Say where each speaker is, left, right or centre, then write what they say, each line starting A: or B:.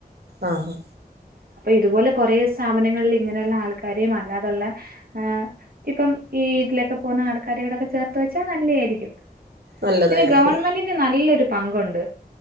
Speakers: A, on the right; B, on the right.
A: ആഹ് ഹാ
B: അപ്പൊ ഇതുപോലെ കൊറേ സ്ഥാപനങ്ങളിൽ ഇങ്ങനെയുള്ള ആൾക്കാരെയും അല്ലാതുള്ള ആഹ് ഇപ്പം ഈതിലൊക്കെ പോന്ന ആൾക്കാരെടൊക്കെ ചേർത്തുവെച്ചാൽ നല്ലയാരിക്കും
A: നല്ലതായിരിക്കും
B: പിന്നെ ഗവൺമെന്റിൻ്റ് നല്ലൊരു പങ്കുണ്ട്